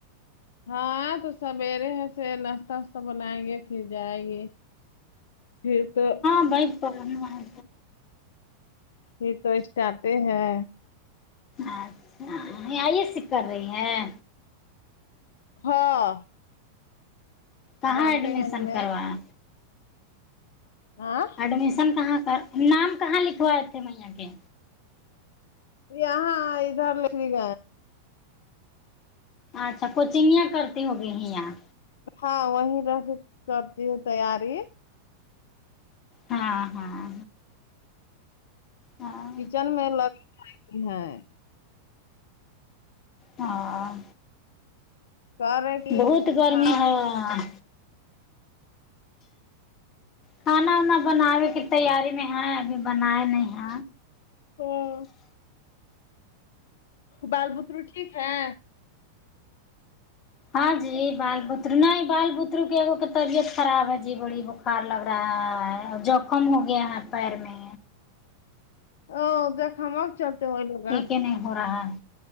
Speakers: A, on the left; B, on the left.
A: ہاں تو سویرے ہے سے ناشتہ واشتہ بنائیں گے پھر جائے گی پھر تو
B: <unintelligible>
A: یہ تو اسٹارٹ ہے
B: اچھا آئے ایس سی کر رہی ہیں
A: ہاں
B: کہاں
A: ڈالٹے
B: ایڈمیشن
A: گنج میں
B: کروایا
A: ہاں
B: ایڈمیشن کہاں کا نام کہاں لکھوائے سمییا کے
A: یہاں ائزا میں لکھا یا
B: اچھا کوچنگیا کرتی ہوگی ہ یہاں
A: ہاں وہیں رہ کے کرتی ہے تیاری
B: ہاں ہاں ہاں
A: کچن میں لگ <unintelligible> ہیں
B: ہاں
A: کہ رہے کہ
B: بہت گرمی
A: کھانا
B: ہے ویہاں کھانا وانا بناوے کی تیاری میں ہے ابھی بنائے نہیں ہیں
A: ہاں بال بتر ٹھیک ہے
B: ہاں جی بال بترو نہیں بال بترو کے ایگ کے طبیعت خراب ہے جی بڑی ب کار لگ رہا ہے جو کم ہو گیا ہے پیر میں
A: <unintelligible> ا دیکھا ماگ چاہتے ہو لوگا
B: کے نہیں ہو رہا ہے